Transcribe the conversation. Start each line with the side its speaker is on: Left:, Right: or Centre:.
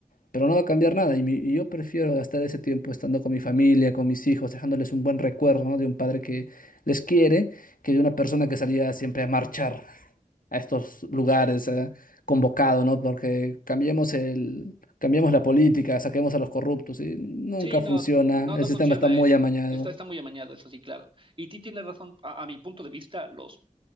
Left: pero no va a cambiar nada. Y, mi- y yo prefiero gastar ese tiempo estando con mi familia, con mis hijos, dejándoles un buen recuerdo, ¿no? de un padre que les quiere, que de una persona que salía siempre a marchar a estos lugares eh, convocado, ¿no? Porque cambiemos el, cambiemos la política, saquemos a los corruptos y nunca
Right: Sí, no,
Left: funciona.
Right: no, no
Left: El sistema
Right: funciona
Left: está muy
Right: eso.
Left: amañado,
Right: Está, está muy amañado, eso sí, claro. Y ti tienes razón, a, a mi punto de vista, los